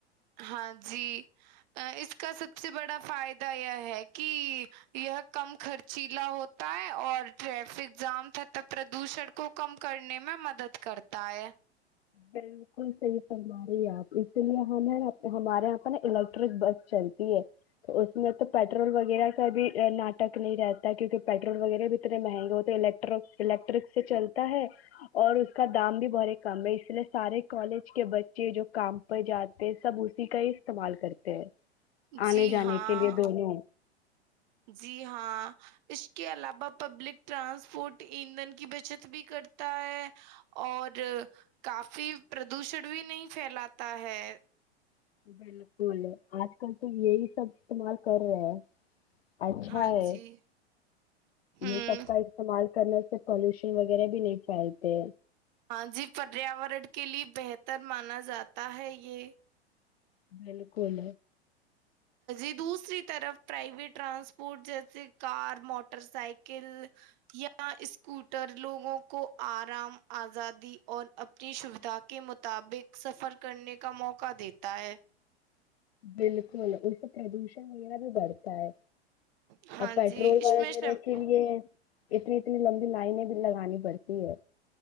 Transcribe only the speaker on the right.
ہاں جی اس کا سب سے بڑا فائدہ یہ ہے کہ یہ کم خرچیلا ہوتا ہے اور ٹریفک جام تھا تب پردوشن کو کم کرنے میں مدد کرتا ہے
جی
ہاں
جی ہاں اس کے علاوہ پبلک ٹرانسپورٹ ایندھن کی بچت بھی کرتا ہے اور کافی پردوشن بھی نہیں پھیلاتا ہے
ہاں
جی ہوں
ہاں جی پریاورن کے لیے بہتر مانا جاتا ہے یہ
ی دوسری طرف پرائیویٹ ٹرانسپورٹ جیسے کار موٹر سائیکل یا اسکوٹر لوگوں کو آرام آزادی اور اپنی سویدھا کے مطابق سفر کرنے کا موقع دیتا ہے
ہاں
جی اس
میں شم-